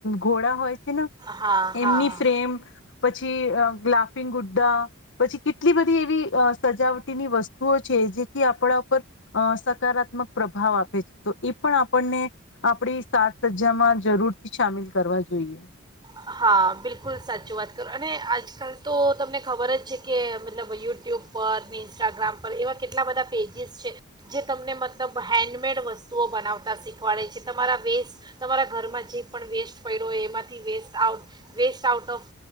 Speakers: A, on the left; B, on the right.
A: ઘોડા હોય <unintelligible>
B: હા
A: એમની
B: હા
A: ફ્રેમ પછી પછી અ લાફિંગ ગુ્ડા, પછી કેટલી બધી એવી અ સજાવટીની વસ્તુઓ છે જેથી આપણા ઉપર અ સકારાત્મક પ્રભાવ આપે. તો એ પણ આપણને આપડી સાજ સજ્જામાં જરૂરથી સામેલ કરવા જોઈએ.
B: હા બિલકુલ સાચું વાત કરો અને આજકાલ તો તમને ખબર જ છે કે મતલબ યુટ્યુબ પર ને ઇન્સ્ટાગ્રામ પર એવા કેટલા બધા પેજીસ છે જે તમને મતલબ હેન્ડમેડ વસ્તુઓ બનાવતા શીખવાડે છે. તમારા વેસ્ટ, તમારા ઘરમાં જે પણ વેસ્ટ પડ્યો હોય એમાંથી waste out waste out of